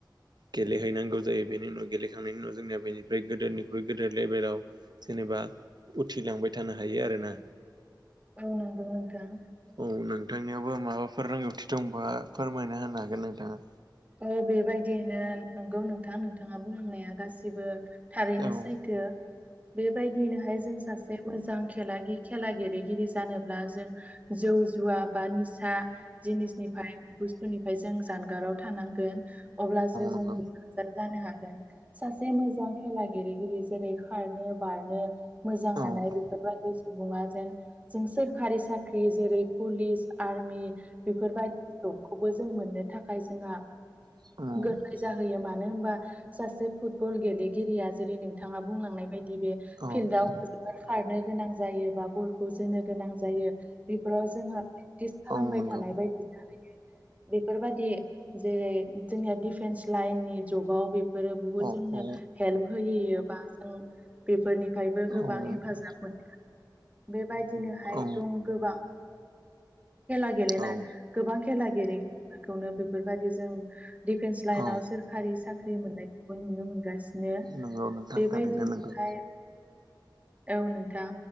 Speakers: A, on the right; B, on the right.
A: गेलेहैनांगौ जायो बेनि उनाव गेलेखांनायनि उनाव जोंनिया बैनिफ्राय गोदोरनिख्रुइ गोदोर लेभेलाव जेनेबा उथिलांबाय थानो हायो आरोना।
B: औ नोंगौ नोंथां।
A: औ नोंथांनियावबो माबाफोर रोंगौथि दंबा फोरमायना होनो हागोन नोंथाङा।
B: ओ बेबायदियैनो नंगौ नोंथां नोंथाङा बुंलांनाया गासिबो थारैनो
A: हागोन
B: सैथो बेबायदिनोहाय जों सासे मोजां खेला गि खेला गेलेगिरि जानोब्ला जों जौ जुवा बा निसा जिनिसनिफाय बुस्थुनिफाय जों जानगाराव थानांगोन अब्लासो
A: नोंथाङा
B: जों बि सार जानो हागोन सासे मोजां खेला गेलेगिरि जेरै खारनो बारनो मोजां
A: औ
B: हानाय बेफोरबायदिसि सुबुङा जेन जों सोरखारि साख्रि जेरै पुलिस आर्मि बेफोरबा बे जबखौबो जों मोननो थाखाय जोंहा
A: औ
B: गोरलै जाहैयो मानो होमबा? सासे फुटबल गेलेगिरिया जेरै नोंथाङा बुंलांनाय बायदि बे
A: औ
B: फिल्डआव खारनो गोनां जायो बा बलखौ जोनो गोनां जायो। बेफोराव जोंहा प्रेक्टिस खालामबाय
A: औ नंगौ
B: थानाय बायदि जाहैयो बेफोरबादि जेरै जोंनिया दिफेन्स लाइननि जबाव बेफोरो बुहुत
A: औ
B: जोंनो
A: औ
B: हेल्प होयो बा जों बेफोरनिफायबो गोबां
A: औ
B: हेफाजाब मोनो बेबाय बिनोहाय
A: औ
B: दं गोबां खेला गेलेना
A: औ औ नंगौ औ
B: गोबां खेला गेरेगि फोरखौनो बेफोरबायदि जों डिफेन्स लाइनाव
A: औ
B: सोर खारि साख्रि मोननायखौबो नुनो मोनगासिनो
A: नंगौ नोंथां
B: बेबायदिहाय
A: थारैनो नंगौ
B: औ नोंथां